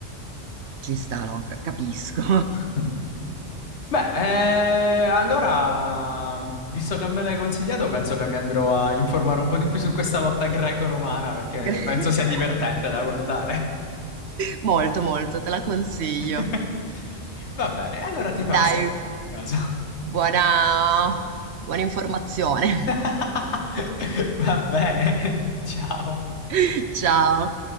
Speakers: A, on the right; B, on the left.
A: Ci sta, no, ca- capisco.
B: <laughs> Beh, eh, allora, visto che me l'hai consigliato, penso che mi andrò a informare un po' di più su questa lotta greco-romana perché
A: <laughs>
B: penso sia divertente da guardare.
A: Molto, molto, te la consiglio.
B: <laughs> Va bene, allora ti farò
A: Dai,
B: sapere in caso.
A: buona, buona informazione.
B: <laughs> Va bene, ciao.
A: <laughs> Ciao.